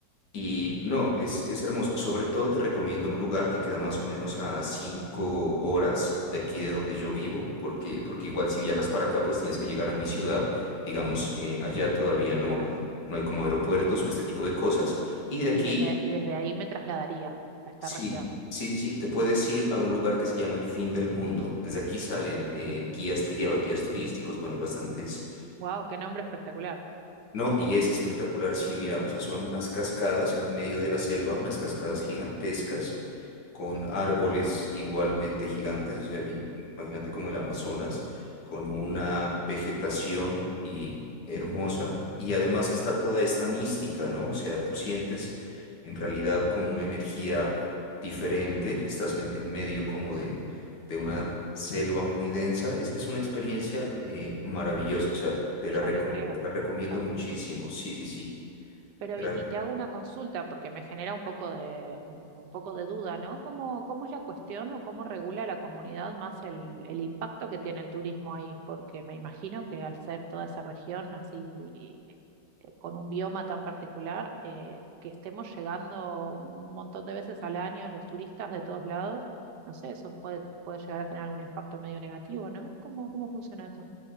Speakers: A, on the left; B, on the right.
A: Y no, es, es hermoso. Sobre todo te recomiendo un lugar que queda más o menos a cinco horas de aquí de donde yo vivo, porque, porque igual si viajas para acá, pues tienes que llegar a mi ciudad. Digamos, eh, allá todavía no,
B: claro.
A: no hay como aeropuertos o este tipo de cosas. Y de aquí
B: Y desde, y desde ahí me trasladaría a esta
A: Sí,
B: región.
A: sí, sí, sí. Te puedes ir a un lugar que se llama el fin del mundo. Desde aquí salen eh, guías, te llevan guías turísticos. Bueno, hay bastantes.
B: Wow, qué nombre espectacular.
A: No, y es espectacular, sí, mira, o sea, son unas cascadas en medio de la selva, unas cascadas gigantescas, con árboles igualmente gigantes, o sea, vi- imagínate como el Amazonas, con una vegetación y hermosa, y además está toda esta mística, ¿no? O sea, tú sientes en realidad como una energía diferente, estás en, en medio como de de una selva muy densa. Es, es una experiencia eh, maravillosa, o sea, te la,
B: Ya
A: recom-
B: lo creo,
A: te la recomiendo
B: ya
A: muchísimo.
B: lo creo.
A: Sí, sí, sí.
B: Pero
A: te
B: y,
A: la-
B: y te hago una consulta porque me genera un poco de un, un poco de duda, ¿no? ¿Cómo, cómo es la cuestión o cómo regula la comunidad más el, el impacto que tiene el turismo ahí? Porque me imagino que al ser toda esa región así eh, con un bioma tan particular, eh, que estemos llegando un montón de veces al año los turistas de todos lados, no sé, eso puede, puede llegar a tener algún impacto medio negativo, ¿no? ¿Cómo, cómo funciona eso?